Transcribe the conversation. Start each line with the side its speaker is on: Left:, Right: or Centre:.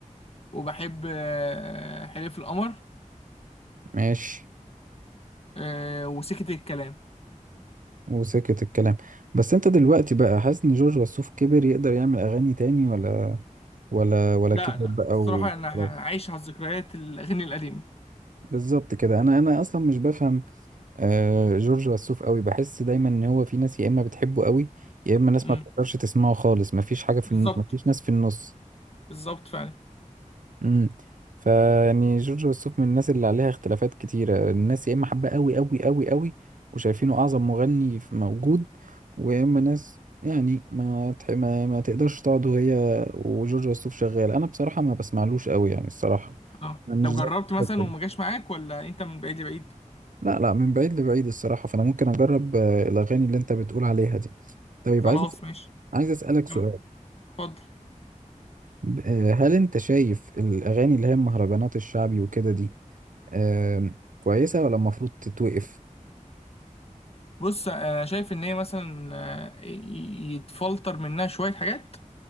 Left: وبحب آه، حلف القمر
Right: ماشي
Left: آه، وسكت الكلام
Right: وسكت الكلام بس انت دلوقتي بقى حاسس ان جورج وسوف كبر يقدر يعمل اغاني تاني ولا ولا ولا
Left: لا
Right: كبر
Left: لا
Right: بقى
Left: الصراحة
Right: وخلاص
Left: أنا عايش على الذكريات الأغاني القديمة
Right: بالظبط كده انا انا اصلا مش بفهم آه جورج وسوف قوي بحس دايما ان هو في ناس يا اما بتحبه قوي يا اما ناس
Left: امم
Right: ما بتقدرش تسمعه خالص مفيش حاجه في
Left: بالظبط
Right: الن- مفيش ناس في النص
Left: بالظبط فعلا
Right: امم فيعني جورج وسوف من الناس اللي عليها اختلافات كتيرة الناس يا اما حابة قوي قوي قوي قوي وشايفينه اعظم مغني في- موجود ويا اما ناس يعني ما تح... ما, ما تقدرش تقعد وهي وجورج وسوف شغال انا بصراحة ما بسمعلوش قوي يعني الصراحة
Left: اه
Right: انا مش
Left: طب جربت
Right: زي
Left: مثلا
Right: الحتة
Left: وما
Right: دي.
Left: جاش معاك ولا أنت من بعيد لبعيد
Right: لا لا من بعيد لبعيد الصراحة فانا ممكن اجرب آه، الاغاني اللي انت بتقول عليها دي طيب
Left: خلاص
Right: عايز
Left: ماشي
Right: عايز اسألك
Left: كمل
Right: سؤال
Left: اتفضل
Right: ب- آه، هل انت شايف الاغاني اللي هي المهرجانات الشعبي وكده دي آم، كويسة ولا المفروض تتوقف
Left: بص أنا شايف إن هي مثلا آه، ي- يتفلتر منها شوية حاجات